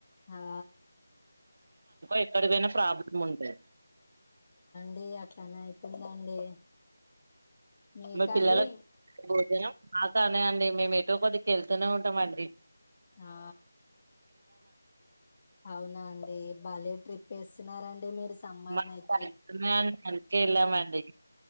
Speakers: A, on the left (about 20°); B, on the right (about 35°).
A: ఆ
B: ఎక్కడికి పోయిన ప్రాబ్లం ఉండే
A: యాక్ ఎట్లనో అయితుందండి మీకండి
B: మరి పిల్లలకి భోజనం ఆటడ్ అండి మేము ఎటో కొద్దిగా వెళ్తూనే ఉంటాము అండి
A: ఆ అవునా అండి బాల్య ట్రిప్ వేస్తున్నారండి అంటే మీరు సమ్మర్
B: మా
A: ను అయితే
B: తగుతున్నాయని అందుకే వెళ్ళామండి